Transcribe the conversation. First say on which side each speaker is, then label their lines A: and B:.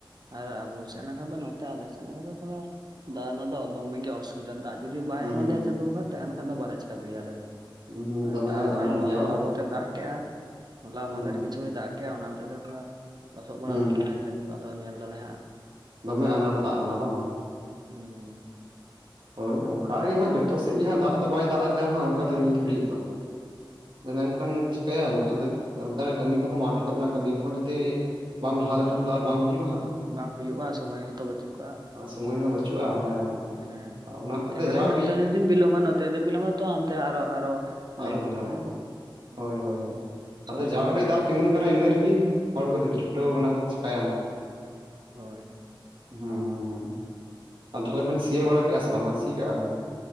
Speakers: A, on the right; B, on the right.
A: ᱟᱨ ᱟᱵᱚ ᱥᱮᱫ ᱱᱟᱠᱷᱟᱱ ᱫᱚ, ᱱᱚᱛᱮ ᱟᱞᱮ ᱥᱮᱜ ᱱᱟᱠᱷᱟ ᱫᱚ ᱛᱷᱚᱲᱟ ᱫᱟᱜᱽ ᱨᱮᱱᱟᱜ ᱫᱚᱢᱮ ᱜᱮ ᱚᱥᱩᱵᱤᱫᱟ ᱫᱟᱜᱽ ᱡᱩᱫᱤ ᱵᱟᱭ
B: ᱦᱩᱸ
A: ᱮᱢᱟ ᱞᱮᱭᱟ ᱪᱟᱸᱫᱚ ᱵᱚᱸᱜᱟ, ᱛᱮ ᱮᱱᱠᱷᱟᱱ ᱫᱚ ᱵᱟᱞᱮ ᱪᱤᱠᱟᱹ ᱫᱟᱲᱮᱭᱟᱜᱼᱟ ᱟᱞᱮ
B: ᱦᱩᱸ ᱫᱚᱢᱮ
A: ᱫᱚ ᱛᱟᱣ ᱱᱚᱜᱼᱚᱭ
B: ᱟᱱᱟᱴ ᱜᱮᱭᱟ
A: ᱛᱷᱚᱲᱟ
B: ᱵᱟᱝ
A: ᱵᱚᱦᱚᱛᱮ ᱫᱟᱜᱽ ᱠᱮᱜᱼᱟ᱾ ᱦᱚᱞᱟ
B: ᱦᱩᱸ
A: ᱢᱟᱫᱮᱨ ᱠᱤᱪᱷᱩᱭ ᱫᱟᱜᱽ ᱠᱮᱭᱟ ᱚᱱᱟ ᱦᱚᱛᱮᱡ ᱛᱮ ᱛᱷᱚᱲᱟ ᱞᱚᱥᱚᱜ ᱵᱟᱲᱟ
B: ᱦᱩᱸ
A: ᱦᱩᱭ ᱠᱟᱱᱟ ᱠᱷᱮᱛ ᱠᱚ ᱟᱫᱚ ᱧᱮᱞ ᱫᱟᱞᱮ ᱦᱟᱸᱜ᱾
B: ᱵᱷᱟᱵᱱᱟ ᱚᱱᱟ ᱫᱚ ᱫᱟᱜᱽ ᱨᱮᱱᱟᱜ ᱵᱟᱝ,
A: ᱦᱩᱸ,
B: ᱦᱳᱭ ᱚᱱᱠᱟ ᱜᱮ ᱦᱟᱸᱜ ᱡᱚᱛᱚ ᱥᱮᱫ ᱜᱮᱦᱟᱜ ᱫᱟᱜᱽ ᱫᱚ ᱵᱟᱭ ᱫᱟᱜᱽ ᱟᱫᱮᱭᱟ ᱦᱟᱸᱜ ᱚᱱᱠᱟ ᱫᱚ ᱱᱤᱛ ᱜᱷᱟᱹᱲᱤᱡ ᱫᱚ᱾ ᱟ ᱢᱮᱱᱠᱷᱟᱱ ᱪᱤᱠᱟᱭᱟᱢ ᱟᱫᱚ ᱚᱱᱛᱮᱱᱟᱜ ᱠᱟᱹᱢᱤ ᱠᱚᱦᱚᱸ ᱢᱟᱴᱷ ᱠᱚᱨᱮᱱᱟᱜ ᱠᱟᱹᱢᱤ ᱠᱚᱦᱚᱸ ᱡᱩᱫᱤ, ᱵᱟᱢ ᱞᱟᱦᱟ
A: ᱦᱩᱸ
B: ᱞᱮᱠᱷᱟᱱ ᱛᱚ ᱟᱨ ᱵᱟᱝ ᱦᱩᱭᱩᱜᱼᱟ ᱦᱟᱜ᱾
A: ᱵᱟᱝ ᱦᱩᱭᱩᱜᱼᱟ ᱥᱚᱢᱚᱭ ᱦᱚᱸᱛᱚ ᱵᱟᱹᱪᱩᱜ ᱠᱟᱜᱼᱟ
B: ᱥᱚᱢᱚᱭ ᱦᱚᱸ ᱵᱟᱪᱩᱜᱼᱟ ᱦᱮᱸ
A: ᱦᱮᱸ
B: ᱚᱱᱟ ᱦᱚᱛᱮᱡ
A: ᱮᱵᱟᱨᱮ
B: ᱛᱮ ᱡᱟ ᱩᱰᱤᱡ
A: ᱱᱚᱛᱮ ᱡᱩᱫᱤᱢ ᱵᱤᱞᱚᱢᱟ ᱱᱚᱛᱮ ᱡᱩᱫᱤᱢ ᱵᱤᱞᱚᱢᱟ ᱛᱚ ᱦᱟᱱᱛᱮ ᱟᱨᱚ ᱟᱨᱚ ᱞᱮᱴᱚᱜ
B: ᱟᱨᱚ ᱵᱤᱞᱚᱢᱚᱜᱼᱟ
A: ᱛᱟᱢᱟ ᱦᱮᱸᱥᱮ ᱵᱟᱝ?
B: ᱦᱳᱭ
A: ᱦᱩᱸ
B: ᱦᱳᱭ ᱦᱳᱭ
A: ᱥᱚᱵ
B: ᱟᱫᱚ
A: ᱥᱮᱫ
B: ᱡᱟ
A: ᱜᱮ
B: ᱚᱰᱤᱡ
A: ᱧᱮᱞ
B: ᱫᱟᱜ
A: ᱦᱩᱭᱩᱜ
B: ᱛᱤᱸᱜᱩᱱ ᱠᱟᱱᱟ ᱤᱱᱟᱹ ᱨᱮᱜᱮ ᱦᱚᱲ ᱠᱚ ᱪᱷᱩᱴᱟᱹᱣ
A: ᱦᱩᱸ
B: ᱟᱠᱟᱱᱟ ᱠᱚ ᱪᱤᱠᱟᱭᱟᱢ
A: ᱦᱳᱭ
B: ᱦᱩᱸ ᱦᱩᱸ ᱦᱩᱸ ᱟᱨ ᱛᱟᱦᱞᱮ ᱵᱮᱱ ᱥᱤᱭ ᱵᱟᱲᱟ ᱠᱮᱫᱼᱟ ᱥᱮ ᱵᱟᱝ ᱦᱟᱜ ᱥᱤ ᱠᱟᱜᱼᱟ ᱵᱮᱱ